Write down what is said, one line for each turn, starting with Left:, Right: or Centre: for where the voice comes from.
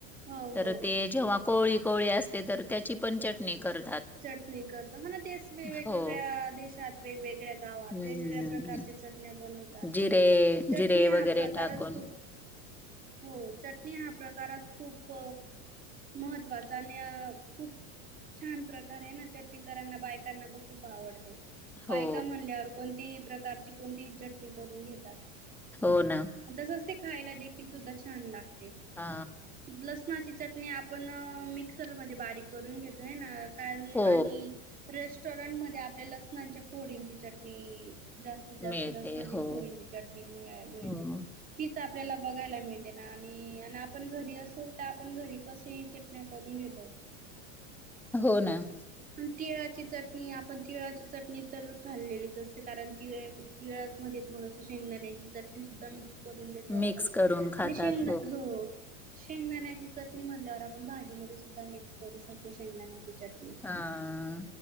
Right: हो
Centre: तर
Right: हो
Centre: ते जेव्हा कोळी कोळी असते तर त्याची पण चटणी करत
Right: चटणी करतो हा ना तेच वेगवेगळ्या
Centre: हो
Right: देशात, वेगवेगळ्या गावात,
Centre: हम्म
Right: वेगवेगळ्या प्रकारचे ण्या बनवतात.
Centre: जिरे
Right: चटणी
Centre: जिरे वगैरे
Right: हा प्रकारच
Centre: टाकून
Right: खूप हो, चटणी हा प्रकारच खूप महत्वाचा आणि खूप छान प्रकार चट्टकरांना बायकांना खूप आवडते. बायका
Centre: हो
Right: म्हणल्यावर कोणतीही प्र प्रकारची कोणती चटणी करून घेतात.
Centre: हो, ना
Right: तसच ते खायला देखील सुद्धा छान लागते.
Centre: अ
Right: लसणाची च आपण मिक्सर मधे बारीक करून घेतोय हे ना कार
Centre: हो
Right: आणि र रेस्टॉरंट मध्ये आपल्या लसणाच्या फोडींची चटणी जास्तीत जास्त
Centre: मिळते
Right: लसणाची
Centre: हो
Right: फोडींची चटणी मि मिळते
Centre: हो
Right: ती आपल्याला बघायला मिळते ना आणि आण् आपण घरी असो तर आपण घरी कसे ही चटण्या करून घेतो. हो.
Centre: हो, ना
Right: तिळाची चटणी आपण तिळाची चटणी तर खाल्लेलीच असते. कारण तिळे तिळा मध्ये थोडस शेंगदाण्याची चटणी सुद्धा मिक्स करून देतो
Centre: मिक्स
Right: आपण
Centre: करून खातात
Right: आणि शेंगणा हो. शेंगदाण्याची चटणी म्हणल्यावर, आपण भाजी मध्ये सुद्धा मिक्स करू शकतो शेंगदाण्याची चटणी.
Centre: हाहा